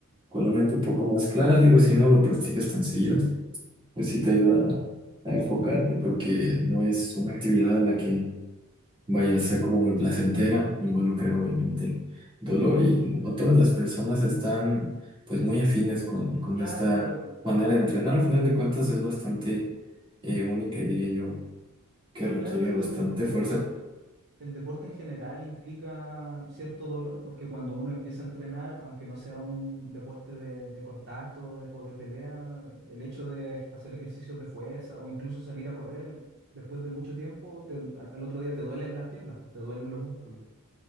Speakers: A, on the right; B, on the right.
A: con la mente un poco más clara. Digo, si no lo practicas tan seguido, pues sí te ayuda a, a enfocarte porque no es una actividad a la que vaya a ser como muy placentera, involucra obviamente dolor y no todas las personas están pues muy afines con, con
B: Claro,
A: esta
B: pero el,
A: manera de entrenar. Al final de cuentas es bastante eh, única y diría yo que requiere
B: claro, pero
A: bastante
B: el, el- el-
A: fuerza,
B: el deporte en general implica cierto dolor, porque cuando uno empieza a entrenar, aunque no sea un deporte de, de contacto o de, o de pelea, el hecho de ej- hacer ejercicios de fuerza o incluso salir a correr después de mucho tiempo, te- al, al otro día te duelen las piernas, pues, te duelen los músculos.